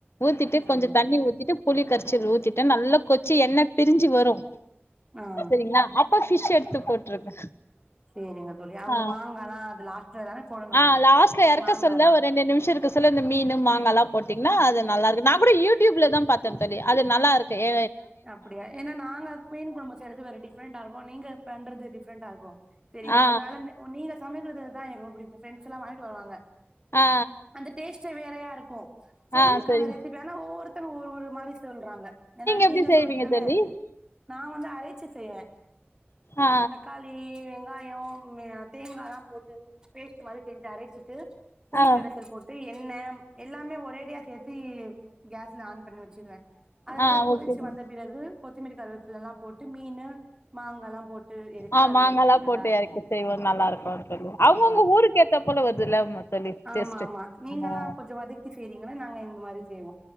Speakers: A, on the left; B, on the right.
A: ஊத்திட்டு
B: சரிங்க
A: கொஞ்சோ தண்ணி
B: தோழி
A: ஊத்திட்டு புளி கரைச்சல் ஊத்திட்டா நல்லா கொதிச்சி எண்ணெய் பிரிஞ்சு வரும்
B: ஆ
A: செரிங்களா அப்போ பிஷ் எடுத்து போட்ருங்க
B: சேரிங்க தோழி அவங்க
A: ஆ
B: மாங்கா எலாம் அது லாஸ்ட தானே போடணும்
A: ஆ
B: அந்த
A: லாஸ்ட்ல எறக்க
B: மாங்கா
A: சொல்ல
B: எலாம்
A: ஒரு ரெண்டு நிமிஷோ இருக்க சொல்ல இந்த மீனு மாங்கா எல்லாம் போட்டீங்கன்னா அது நல்லா இருக்கு நா கூட யூடியூப்ல தான் பாத்தேன் தோழி அது நல்லாக்கு ஏ
B: அப்படியா ஏன்னா நாங்க மீன் கொழம்பு செய்யறது வேற டிஃப்ரெண்டா இருக்கும் நீங்க பண்றது டிஃப் டிஃப்ரண்டா இருக்கோ செரியா
A: ஆ
B: அதனால ஓ நீங்க சமைக்கறது இதா ரொம்ப புடிக்கும் பிரெண்ட்ஸ் எல்லா வாங்கிட்டு வருவாங்க
A: ஆ
B: அந்த டேஸ்டே வேறையாருக் கு சொல்லிருக்காங்க
A: ஆ சரிங்க
B: ரெசிப்பி ஆனா ஒவ்வொரு த்தர் ஒரு ஒரு மாரி சொல்றாங்க ஏனா
A: எப்டி
B: நீங்க
A: செய்வீங்க
B: சொல்றிங்கள
A: தோழி
B: நா வந்து அரை ச்சு செய்வே
A: ஆ
B: தக்காளி வெங்கா யோ தேங்காலா போட்டு பேஸ்ட் மாரி செஞ்சு அரைச்சிட் டு புளி
A: ஆ
B: கரசல் போட்டு எண்ணெ எல்லாமே ஒரேடியா சேத்தி கேஸ் ல ஆன் பண்ணி வெச்சிருவே அது நல்லா
A: ஆ
B: கொதிச்சு
A: ஓகே தோழி
B: வந்த பிறகு கொத்துமுலி கருவேப்பிலலா போட்டு மீனு மாங்கால்லா போட்டு எடுக்க
A: ஆ
B: அது
A: மாங்காலா
B: வேற டேஸ்ட் நல்லா
A: போட்டு
B: இருக்கு
A: எறக்கி செய்வோ நல்லாருக்கு தோழி அவங்கவுங்க
B: ஆமா தோழி
A: ஊருக்கு ஏத்தா போல வருதுல்ல ம் தோழி
B: ஆமா
A: டேஸ்ட்டு
B: ஆமா நீங்கல்லா
A: ஆ
B: கொஞ்சோ வதக்கி செய்றீங்களா நாங்க இந்த மாரி செய்வோ